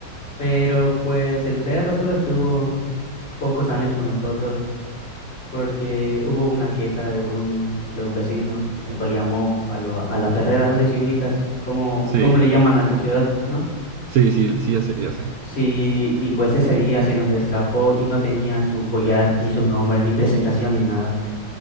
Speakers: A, on the left; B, on the right.
A: Pero pues el perro solo estuvo pocos años con nosotros porque hubo una queja de un, de un vecino, el cual llamó a, lo- a la perrera, no sé si ubicas, cómo,
B: Sí,
A: cómo le llaman a tu ciudad, ¿no?
B: sí, sí, sí, ya sé, ya sé.
A: Sí, y pues ese día se nos escapó y no tenía su collar, ni su nombre, ni presentación, ni nada.